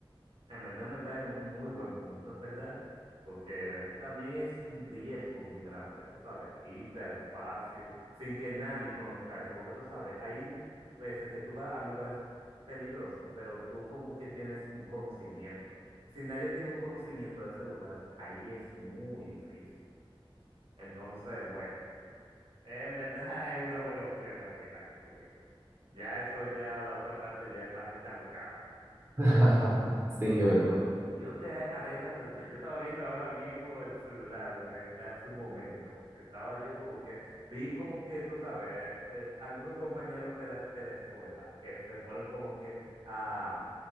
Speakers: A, on the right; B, on the right.
A: En verdad, en verdad es un muy buen punto, <laughs> es verdad, porque también es un riesgo muy grande, tú sabes, irte al espacio sin que nadie conozca eso, porque tú sabes, hay veces que tú vas a lugares peligrosos, pero tú como que tienes un conocimiento. Si nadie tiene un conocimiento de ese lugar, ahí es muy difícil. Entonces, bueno, en verdad <laughs> es una buena opción así, la que tú dices. Ya eso, ya la otra parte ya es para gente alocada.
B: <laughs> Sí,
A: Entonces,
B: es verdad.
A: bueno, yo te haré esta pregunta. Yo estaba viendo ahora mismo el celular eh, hace un momento. Estaba yo como que, vi como que, tú sabes, eh, algunos compañeros de la, de la escuela que se fueron como que a,